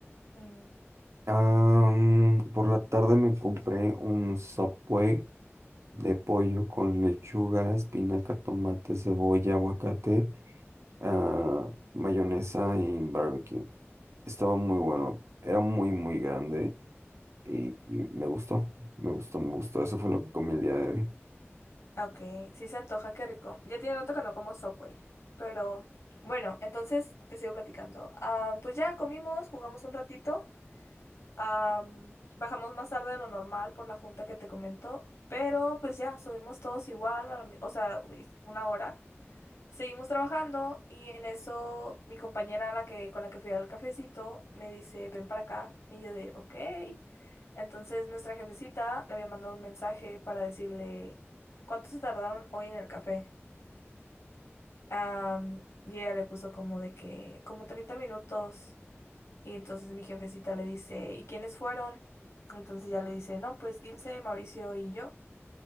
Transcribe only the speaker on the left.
Mm,
ok, sí se antoja, qué rico. Ya tiene rato que no como Subway. Pero bueno, entonces te sigo platicando. Ah, pues ya comimos, jugamos un ratito Am, bajamos más tarde de lo normal por la junta que te comentó, pero pues ya, subimos todos igual, a la mi- o sea, uy, una hora. Seguimos trabajando y en eso mi compañera la que, con la que fui al cafecito me dice, ven para acá. Y yo de, ok. Entonces nuestra jefecita le había mandado un mensaje para decirle, ¿cuánto se tardaron hoy en el café? Am, y ella le puso como de que, como 30 minutos. Y entonces mi jefecita le dice, ¿y quiénes fueron? Entonces ya le dice, no, pues Ilse, Mauricio y yo.